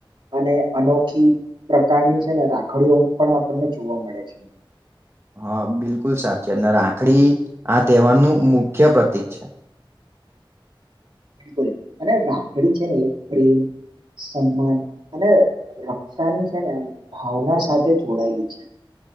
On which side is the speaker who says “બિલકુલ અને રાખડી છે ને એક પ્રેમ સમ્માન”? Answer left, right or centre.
Right